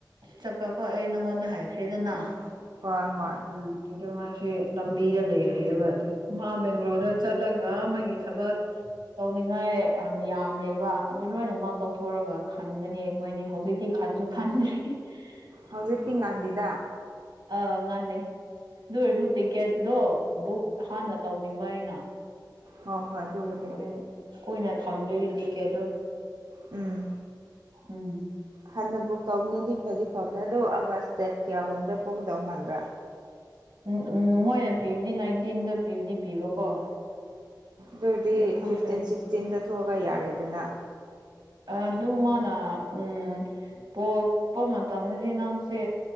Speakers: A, on the right; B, on the right.
A: ꯆꯠꯄꯀꯣ ꯑꯩ ꯅꯪꯉꯣꯟꯗ ꯍꯥꯏꯈ꯭ꯔꯦꯗꯅ
B: ꯎꯝ ꯍꯣꯏ ꯍꯣꯏ
A: ꯎꯝ ꯑꯗꯨ ꯃꯥꯁꯦ ꯂꯝꯕꯤꯗ ꯂꯩꯔꯤꯑꯕ ꯑꯗꯨ ꯃꯥ ꯕꯦꯡꯒ꯭ꯂꯣꯔꯗ ꯆꯠꯂꯒ ꯃꯥꯒꯤ ꯊꯕꯛ ꯇꯧꯅꯤꯡꯉꯥꯏ ꯑ ꯌꯥꯝ ꯂꯩꯕ ꯑꯗꯨ ꯂꯣꯏꯅꯃꯛ ꯇꯧꯊꯣꯔꯒ ꯈꯟꯒꯅꯤ ꯑꯩꯈꯣꯏꯅꯤ ꯍꯧꯖꯤꯛꯇꯤ ꯈꯟꯁꯨ ꯈꯟꯗ꯭ꯔꯤ <unintelligible>
B: ꯍꯧꯖꯤꯛꯇꯤ ꯉꯟꯗꯦꯗ
A: ꯑꯥ ꯉꯜꯂꯤ ꯑꯗꯨ ꯑꯣꯏꯔꯁꯨ ꯇꯤꯛꯀꯦꯠꯇꯣ ꯕꯨꯛ ꯍꯥꯟꯅ ꯇꯧꯅꯤꯡꯕ ꯑꯩꯅ
B: ꯍꯣ ꯍꯣꯏ ꯑꯗꯨꯕꯨ
A: <unintelligible> ꯀꯨꯏꯅ ꯊꯝꯗ꯭ꯔꯗꯤ ꯇꯤꯛꯀꯦꯠꯇꯨ
B: ꯎꯝ
A: ꯎꯝ
B: ꯍꯥꯟꯅ ꯕꯨꯛ ꯇꯧꯕꯅꯗꯤ ꯐꯗꯤ ꯐꯕꯅꯤ ꯑꯗꯣ ꯑꯥꯒꯁ ꯗꯦꯠ ꯀꯌꯥꯒꯨꯝꯕꯗ ꯄꯨꯣꯛꯒꯗꯧ ꯃꯥꯟꯕ꯭ꯔꯥ
A: ꯎꯝ ꯎꯝ ꯃꯣꯏꯅ ꯄꯤꯕꯗꯤ ꯅꯥꯏꯟꯇꯤꯟꯗ ꯄꯤꯕꯗꯤ ꯄꯤꯕꯀꯣ
B: ꯑꯗꯨꯗꯤ
A: ꯑꯗꯨ ꯈꯪꯗꯣꯏꯅꯦ
B: ꯐꯤꯐꯇꯤꯟ ꯁꯤꯛꯁꯇꯤꯟꯗ ꯊꯣꯛꯑꯒ ꯌꯥꯔꯦꯗꯅ
A: ꯑꯗꯨ ꯃꯥꯅ ꯎꯝ ꯄꯣꯛꯄ ꯃꯇꯝꯗꯗꯤ ꯅꯪꯁꯦ